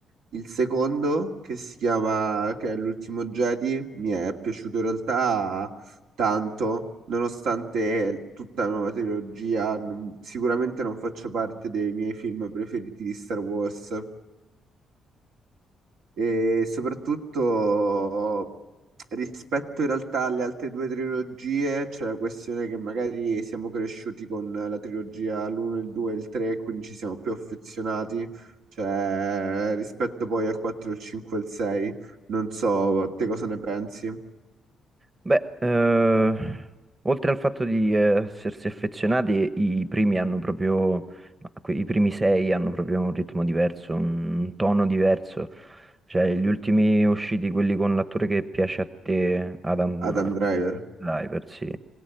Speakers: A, on the right; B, on the right.
A: il secondo, che si chiama, che è l'ultimo Jedi, mi è piaciuto in realtà tanto, nonostante tutta la nuova trilogia, non- sicuramente non faccia parte dei miei film preferiti di Star Wars e soprattutto rispetto in realtà alle altre due trilogie c'è la questione che magari siamo cresciuti con la trilogia l'1, il 2 e il 3, quindi ci siamo più affezionati, cioè rispetto poi al 4, il 5 e il 6. Non so, te cosa ne pensi,
B: Beh, eh, oltre al fatto di eh, essersi affezionati, i primi hanno proprio, ma que- i primi sei hanno proprio un ritmo diverso, un tono diverso. Cioè, gli ultimi usciti, quelli con l'attore che piace a te, Adam
A: Adam Driver?
B: Driver, sì.